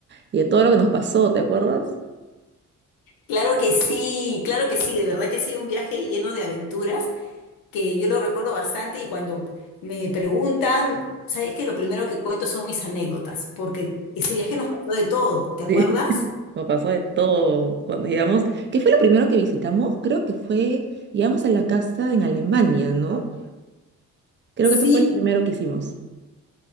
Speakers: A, on the right; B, on the left.
A: y de todo lo que nos pasó, ¿te acuerdas?
B: Claro que sí, claro que sí. De verdad que ha sido un viaje lleno de aventuras que yo lo recuerdo bastante y cuando me preguntan, sabes que lo primero que cuento son mis anécdotas, porque ese viaje nos pasó de todo, ¿te acuerdas?
A: Sí. <laughs> Nos pasó de todo cuando llegamos. ¿Qué fue lo primero que visitamos? Creo que fue, llegamos a la casa en Alemania, ¿no? Creo
B: Sí,
A: que eso fue lo primero que hicimos.